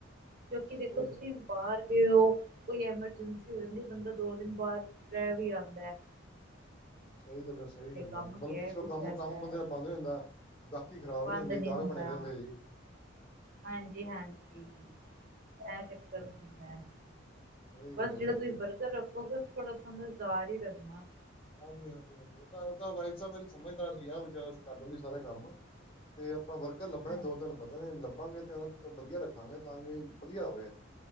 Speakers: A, on the right; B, on the left.
A: ਕਿਉਕਿ
B: ਸਹੀ
A: ਦੇਖੋ ਤੁਸੀ ਬਾਰ ਗਏ ਓ ਕੋਈ ਐਮਰਜੈਂਸੀ ਹੋ ਜਾਂਦੀ ਬੰਦਾ ਦੋ ਦਿਨ ਬਾਰ ਰੈ ਵੀ ਆਂਦਾ ਏ।
B: ਸਈ ਗੱਲ ਐ, ਸਈ ਗੱਲ
A: ਕੰਮ
B: ਐ ਮਲਬ
A: ਗਿਆ
B: ਪਿੱਛਲੋ
A: ਕੁਛ
B: ਕੰਮ,
A: ਐਸਾ
B: ਕੰਮ
A: ਹੈ
B: ਬੰਦੇ ਦਾ ਬੰਦ ਹੋ ਜਾਂਦਾ। ਗਾਹਕੀ ਖਰਾਬ
A: ਬੰਦ
B: ਨੀ ਹੁੰਦੀ
A: ਨਹੀਂ
B: ਗਾਹਕ
A: ਹੁੰਦਾ
B: ਬਣੇ ਰੈਂਦੇ ਜੀ।
A: ਹਾਂਜੀ, ਹਾਂਜੀ ਐ ਚੱਕਰ
B: ਸਹੀ
A: ਹੁੰਦੈ।
B: ਸਹੀ
A: ਬਸ
B: ਗੱਲ ਆ
A: ਜੇੜਾ
B: ਸਹੀ
A: ਤੁਸੀ
B: ਗੱਲ
A: ਵਰਕਰ ਰੱਖੋਗੇ ਥੋੜਾ ਸਮਝਦਾਰ ਈ ਰੱਖਣਾ।
B: ਹਾਂਜੀ, ਹਾਂਜੀ, ਹਾਂਜੀ ਓ ਤਾ ਓਦਾ ਵਾਈਫ ਤਾ ਮੇਰੀ ਸਮਝਦਾਰ ਈ ਆ ਵਿਚਾਰ ਕਰ ਲੈਂਦੀ ਸਾਰਾ ਕੰਮ। ਤੇ ਆਪਾਂ ਵਰਕਰ ਲੱਭਣੇ
A: ਹਾਂਜੀ
B: ਦੋ ਤਿੰਨ ਵਧਣੇ ਲੱਭਾਂਗੇ ਤਾਂ ਓ ਬਦੀਆ ਰੱਖਾਂਗੇ ਤਾਂ ਵੀ ਬਧੀਆ ਓਵੇ।